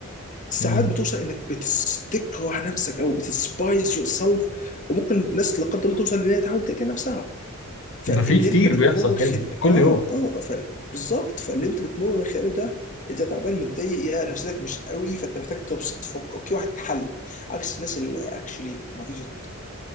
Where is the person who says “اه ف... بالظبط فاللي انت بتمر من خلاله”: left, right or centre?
Left